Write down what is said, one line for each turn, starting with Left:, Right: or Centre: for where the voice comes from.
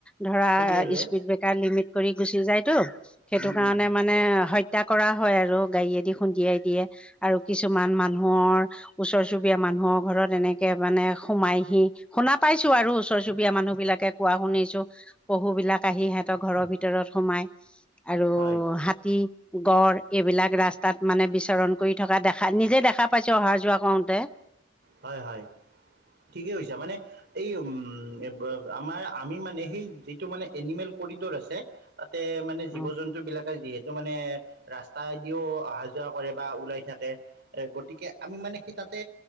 Centre: ধৰা
Right: খুন্দিয়াই দিয়ে
Centre: স্পীড ব্ৰেকাৰ লিমিট কৰি গুচি যায়তো সেইটো
Right: উম,
Centre: কাৰণে
Right: উম, উম,
Centre: মানে হত্যা কৰা। হয় আৰু গাড়ীয়েদি খুন্দিয়াই দিয়ে আৰু কিছুমান মানুহৰ ওচৰ চুবীয়া মানুহৰ ঘৰত এনেকে মানে সোমাইহি শুনা পাইছো আৰু ওচৰ চুবুৰীয়া মানুহ বিলাকে কোৱা। শুনিছো পহু বিলাক আহি সিহতৰ ঘৰৰ ভিতৰত সোমাই আৰু
Right: হয়,
Centre: হাতী। গড় এইবিলাক ৰাস্তাত মানে বিচৰণ কৰি থকা দেখা নিজে দেখা পাইছো অহা যোৱা কৰওঁতে।
Right: হয় হয় ঠিকেই হৈছে মানে এই উম আমাৰ আমি মানে সেই যিটো মানে এনিমেল কৰিডৰ আছে। মানে জীৱ
Centre: উম,
Right: জন্তুবিলাক যিহেতু মানে ৰাস্তাদিও অহা যোৱা কৰে বা ওলাই থাকে এ গতিকে আমি মানে সি তাতে